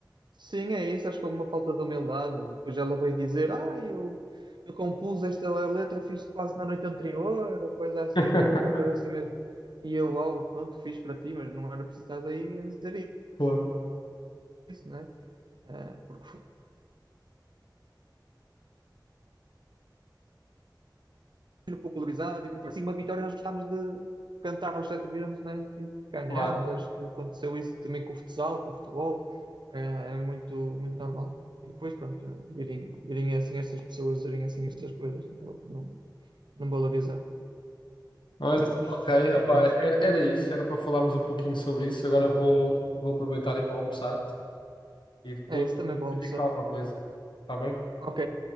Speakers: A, on the right (about 70°); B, on the left (about 80°).
A: sim, é isso, acho que houve uma falta de humildade. Depois ela veio dizer, ah, eu, eu compus esta letra, fiz quase na noite anterior, ou coisa assim,
B: <laughs>
A: uma coisa assim mesmo. E eu, uau, pronto, fiz para ti, mas não era preciso estar aí a dizer
B: Claro.
A: isso, né? Eh, porque, popularizado e por aí fora. Sim, uma vitória nós gostámos de cantar aos sete ventos, né? Que ganhámos,
B: Claro.
A: acho que aconteceu isso também com o futsal, com o futebol, eh, é muito, muito normal. E depois, pronto, virem, virem assim estas pessoas, virem assim estas coisas, né? acaba por não, não valorizar.
B: Mas,
A: Mas,
B: ok,
A: mas
B: opá,
A: pronto,
B: era, era isso, era para falarmos um pouquinho sobre isso. Agora vou, vou aproveitar e ir para almoçar e depois
A: é isso também, vou
B: eu
A: almoçar.
B: digo-te alguma coisa, tá bem?
A: Ok,